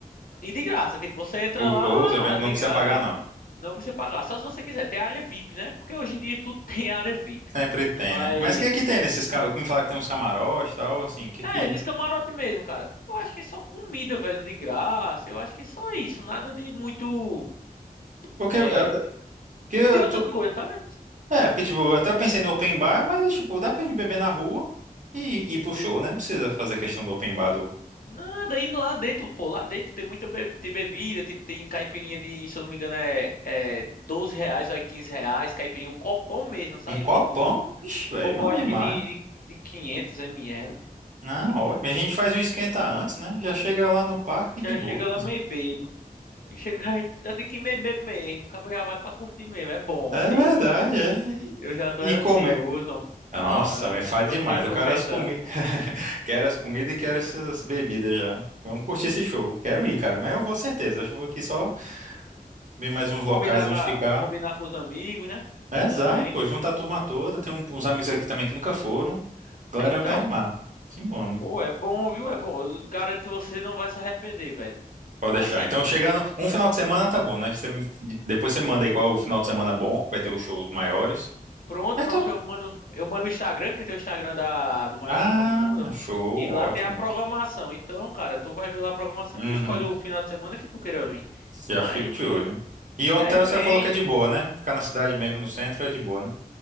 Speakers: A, on the left; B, on the right.
A: E de graça, tipo, você entra
B: Os
A: lá
B: shows, eventos,
A: ah, de
B: não precisa
A: graça.
B: pagar, não.
A: Não precisa pagar. Só se você quiser. Tem área VIP, né? Porque hoje em dia tudo <laughs> tem área VIP.
B: Sempre tem,
A: Mas.
B: né? Mas o que é que tem nesses... ca- me fala que tem uns camarotes e tal, assim, o que
A: É,
B: que...
A: esses camarote mesmo, cara. Eu acho que só comida, velho, de graça. Eu acho que só isso. Nada de muito.
B: Porque,
A: É.
B: é, porque eu
A: De
B: tô...
A: outras coisas, sabe?
B: É, porque, tipo, até eu pensei no open bar, mas, é, tipo, dá pra gente beber na rua e e ir pro show, né? Não precisa fazer questão do open bar do...
A: Nada, e lá dentro, pô, lá dentro tem muita be- tem bebida, tipo, tem caipirinha de, se eu não me engano, é, é 12 reais ou é 15 reais, caipirinha, um copão mesmo, sabe?
B: Um copão?
A: Tipo,
B: Ixi, velho,
A: copão
B: bom
A: acho
B: demais.
A: que de, de, quinhentos 500 ml,
B: Não,
A: eu
B: ótimo.
A: acho.
B: A gente faz um esquenta antes, né? Já chega lá no parque
A: Já
B: de boa.
A: chega lá meio bebo, e chega, <laughs> já tem que ir meio bebo mesmo, o cabo já vai pra curtir mesmo, é bom,
B: É
A: eita.
B: verdade, é. E,
A: Eu já tô
B: e
A: ansioso,
B: comer.
A: ó,
B: Nossa,
A: falando,
B: me fale
A: gostei
B: demais.
A: de
B: Eu
A: comentar.
B: quero as comidas, <laughs> quero as comidas e quero essas bebidas já. Vamos curtir esse show. Quero ir, cara. Mas eu vou certeza. Acho que vou aqui só ver mais uns locais
A: Combinar
B: onde
A: com, a-
B: ficar.
A: combinar com os amigos, né?
B: É, exato,
A: Também.
B: pô. Junta a turma toda. Tem um- uns amigos aqui também que nunca foram. A galera
A: Então,
B: vai animar. Sim, vamos.
A: Pô, é bom, viu? É bom. Eu garanto que você não vai se arrepender, velho.
B: Pode deixar.
A: Assim,
B: Então, chegando. Um final de semana tá bom, né? Você me- Depois você me manda aí qual é o final de semana bom. Vai ter os shows maiores.
A: pronto,
B: Mas
A: pronto,
B: tô-
A: eu mando, eu mando o Instagram, porque tem o Instagram da, do maior
B: Ah,
A: São João do mundo,
B: show.
A: e lá
B: Ótimo.
A: tem a programação. Então, cara, tu vai ver lá a programação
B: Uhum.
A: e tu escolhe o final de semana que tu queira vir.
B: Já
A: Mas,
B: fico de olho. E hotel
A: é, vem.
B: você falou que é de boa, né? Ficar na cidade mesmo, no centro, é de boa, né?